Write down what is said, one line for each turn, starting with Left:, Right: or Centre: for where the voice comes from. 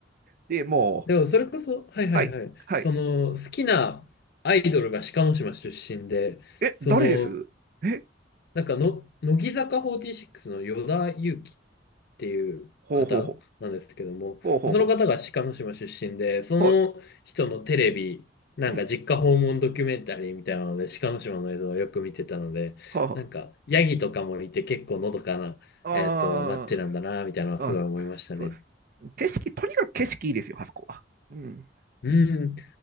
Right: で、もう、
Left: でもそれこそ、はいはいはい。
Right: はい。はい。
Left: その好きなアイドルが鹿の島出身で、
Right: え、
Left: その、
Right: 誰ですえ、
Left: なんかの、乃木坂46の与田祐希っていう方なんですけども、
Right: ほうほうほう。ほうほうほ
Left: まあその方が鹿の島出身で、その人のテレビ、
Right: う。は
Left: なんか実家訪問ドキュメンタリーみたいなので、
Right: い。うん。
Left: 鹿の島の映像をよく見てたので、
Right: は
Left: なんかヤギとかもいて結構のどかな、
Right: はあ。
Left: えっと、街なんだな、みたいなのはすごい思いましたね。
Right: あーあ、そうです。景色、とにかく景色いいですよ、あそこは。うん。
Left: うん。